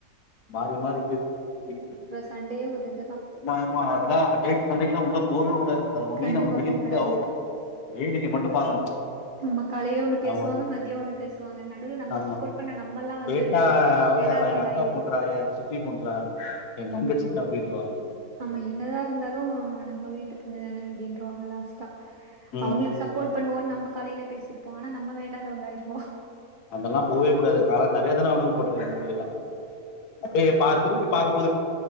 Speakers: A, on the left; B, on the right.
A: மாறி மாறி பேச <unintelligible>
B: சண்டேயே ஒரு இதா
A: அம்மா எம்மா அதுதா <unintelligible> சண்டைக்கெல்லா உள்ள போகவே கூடாது அத ஒன்லியு
B: கண்டிப்பா
A: நம்ம வெளியிட்டு
B: போ கூடாது
A: <unintelligible> வேடிக்கை மட்டு பாக்கனு
B: ஆமா காலையில ஒண்ணு
A: அவ்ங்க
B: பேசுவாங்க மதியம் ஒண்ணு பேசுவாங்க நடுவுல நம்ம
A: ஆமா
B: சப்போர்ட் பண்ண நம்மல்லாம்
A: கேட்டா
B: வந்து
A: அவயார்றா
B: வேண்டாதவங்க
A: ஏ அக்கா
B: ஆயிருவோ
A: பொண்றா ஏ சித்தி பொண்றா ஏ தங்கச்சி அப்டின் <unintelligible>
B: ஆமா என்னதா ருந்தாலு நம்ம வீட்டு பொண்ணுதான அப்டின்றுவாங்க லாஸ்ட்டா
A: ம்
B: அவ்ங்களுக்கு சப்போர்ட் பண்ணுவோன் நமக்கு காலைல பேசிருப்போ ஆனா நம்ம வேண்டாதவங்க ஆயிருவோ
A: அதெல்லா போவே கூடாது வேற நெறைய தடவ அனுபவப்பட்ருக்கு அந்த மாரிலா ஏ ப்பா திருப்பி
B: அது
A: பாக்கும்போது